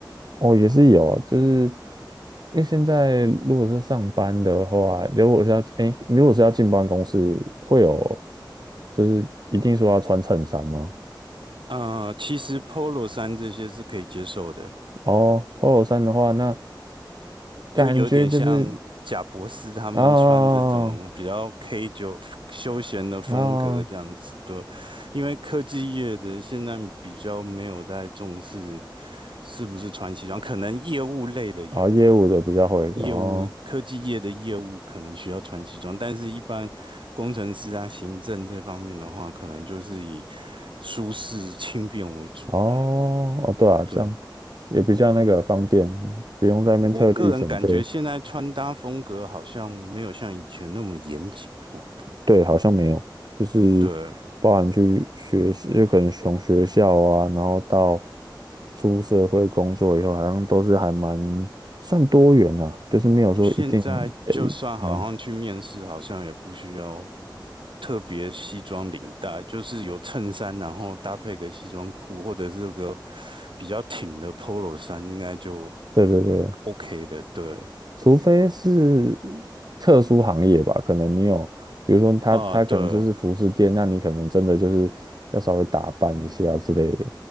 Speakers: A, on the right; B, on the right.
A: 哦，也是有，就是因为现在如果是上班的话，如果是要哎，如果是要进办公室，会有就是一定说要穿衬衫吗？
B: 呃，其实 Polo 衫这些是可以接受的，
A: 哦，polo 衫的话，那感觉就是
B: 就有点像贾博斯他们穿这种比较
A: 啊
B: K 九休闲的风格这样子对，
A: 啊
B: 因为科技业的现在比较没有在重视是不是穿西装，可能业务类的有啦。
A: 啊，业务的比较会哦
B: 业务科技业的业务可能需要穿西装，但是一般工程师啊、行政这方面的话，可能就是以舒适轻便为主了。
A: 哦哦，对啊，
B: 对，
A: 这样也比较那个方便，不用在那边特地准备。
B: 我个人感觉现在穿搭风格好像没有像以前那么严谨哦。
A: 对，好像没有，就是包含去学习，
B: 对
A: 就可能从学校啊，然后到出社会工作以后，好像都是还蛮
B: 对，
A: 算多元啦、啊，就是没有说一定得怎样。
B: 现在就算好像去面试，好像也不需要特别西装领带，就是有衬衫，然后搭配个西装裤，或者是个比较挺的 polo 衫，应该就
A: 对对对，
B: OK 的。对，
A: 除非是特殊行业吧，可能你有，比如说他他可能就是服饰店，
B: 啊，对，
A: 那你可能真的就是要稍微打扮一下之类的，